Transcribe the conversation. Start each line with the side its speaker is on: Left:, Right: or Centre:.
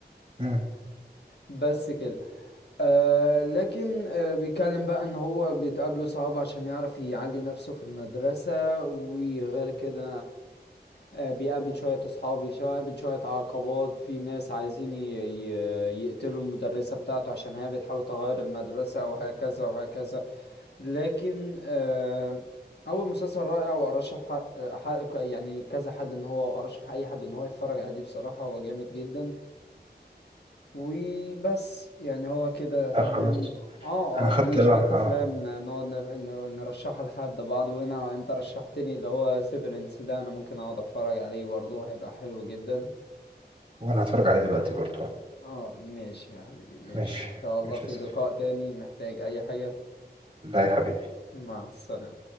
Right: امم
Left: بس كده آه لكن آه بيتكلم بقى ان هو بتقابله صعاب عشان يعرف يعلي نفسه في المدرسة وغير كده آه بيقابل شوية اصحاب بيقابل شوية عقبات في ناس عايزين ي- ي- يقتلوا المدرسة بتاعته عشان هي بتحاول تغير المدرسة وهكذا وهكذا لكن آه، اول مسلسل رائع وارشح ح- ح- يعني كذا حد ان هو ارشح اي حد ان هو يتفرج عليه بصراحة هو جامد جدا وبس يعني هو كده تمام
Right: اه خلاص
Left: اه
Right: انا خدت
Left: اه دي
Right: اه
Left: شوية
Right: اه
Left: افلام نقعد نف- ن- نرشحها لحد بعض وانا انت رشحتني اللي هو سيفرنس ده انا ممكن اقعد اتفرج عليه برضه هيبقى حلو جدا
Right: وانا هتفرج عليه دلوقتي برضه
Left: اه ماشي يا حبيبي ماشي
Right: ماشي
Left: ان شاء الله
Right: ماشي
Left: في
Right: يا سيف
Left: لقاء تاني محتاج اي حاجة
Right: لا يا حبيبي
Left: مع السلامة